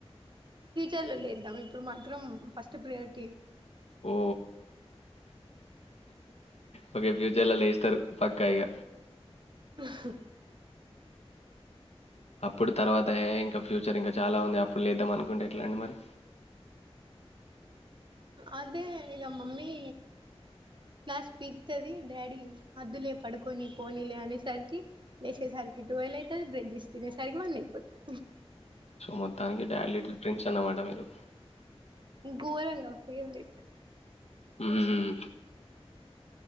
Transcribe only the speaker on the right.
ఫ్యూచర్ లో లేద్దాం ఇప్పుడు మా ఫస్ట్ ప్రియార్ట్
హ్
అదే ఇగ మమ్మీ క్లాస్ పీకుతది. డాడీ అద్దులే పడుకొని పోనీలే అనేసరికి లేసేసరికి టువెల్వ్ అయితది బ్రెస్ చేసి తినేసరికి వన్ అయిపోతది.
ఘోరంగా ఫేవరెట్